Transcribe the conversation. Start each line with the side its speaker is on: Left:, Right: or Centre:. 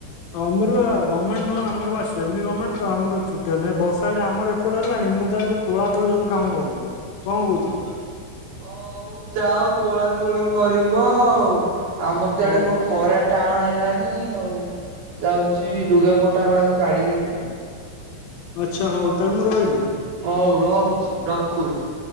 Left: ଆମର ବା ଗମେଣ୍ଟ ନୁହଁ ଆମର ବା ସେମି ଗମେଣ୍ଟ ତ ଆମର ଛୁଟି ନହିଁ ବର୍ଷା ଏଠ ଆମର ଏପଟେ ହେଲାଣି ମୁଁ ତ ତୋଳା ତୋଳି ସବୁ କାମ କରେଇଁ କଣ କହୁଛ।
Right: ଓହୋ ହଉ ଯାଉ ତୋଳା ତୋଳି କରିବ ଆଉ। ଆମର ତ
Left: ହଉ
Right: ଆଡେ କଣ ଖରା ଟାଣ ହେଲାଣି ଆଉ ଯାଉଚି ଲୁଗା ପଟା କୁଟା ଗୁଡାକ କାଡ଼ିଦେବି
Left: ଆଚ୍ଛା ହଉ ତାହେଲେ ମୁଁ ରହିଲି।
Right: ହଉ ରୋଉ ଚି ରଖୁଚି।